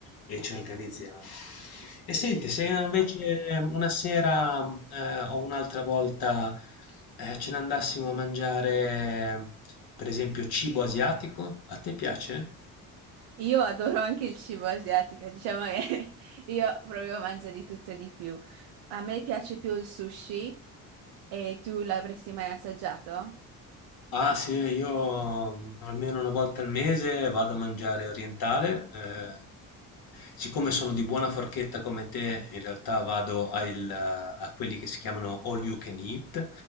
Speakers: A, on the left; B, on the right.
A: e ci organizziamo. E senti, se invece ehm, una sera eh, o un'altra volta eh, ce ne andassimo a mangiare, per esempio, cibo asiatico, a te piace?
B: Io adoro anche il cibo asiatico, diciamo che <laughs> io proprio mangio di tutto e di più. A me piace più il sushi e tu l'avresti mai assaggiato?
A: Ah sì, io mm, almeno una volta al mese vado a mangiare orientale. eh, siccome sono di buona forchetta come te, in realtà vado al- a quelli che si chiamano all you can eat,